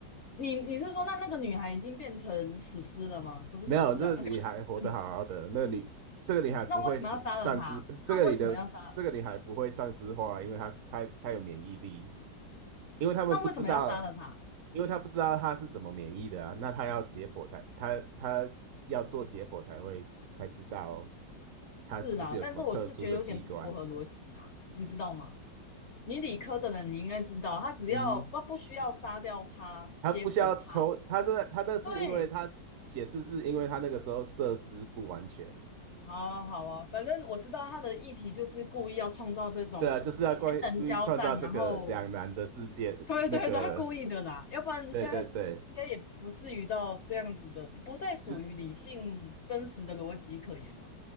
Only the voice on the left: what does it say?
你你是说那那个女孩已经变成死尸了吗？不是死尸啊，
那个，<laughs>
那为什么要杀了她？那为什么要杀？
那为什么要杀了她？
是啦，但是我是觉得有点不符合逻辑啦，你知道吗？你理科的人，你应该知道，他只要不不需要杀掉他，
解剖他。
对，好啊好啊，反正我知道他的议题就是故意要创造这种天人交战，
然后 <laughs> 对对对，
他故意的啦，要不然现在应该也不至于到这样子的，
不再属于理性真实的逻辑可言啊。